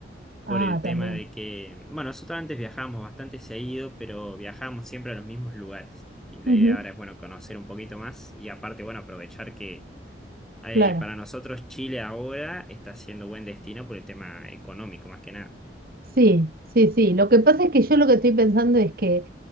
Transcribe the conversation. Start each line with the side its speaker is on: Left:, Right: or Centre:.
Centre: por
Right: Ah,
Centre: el tema
Right: también.
Centre: de que, bueno, nosotros antes viajamos bastante seguido, pero viajamos siempre a los mismos lugares. Y la
Right: Ujú,
Centre: idea ahora es, bueno, conocer un poquito más y aparte, bueno, aprovechar que eh,
Right: Claro.
Centre: para nosotros Chile ahora está siendo buen destino por el tema económico, más que nada.
Right: Sí, sí, sí. Lo que pasa es que yo lo que estoy pensando es que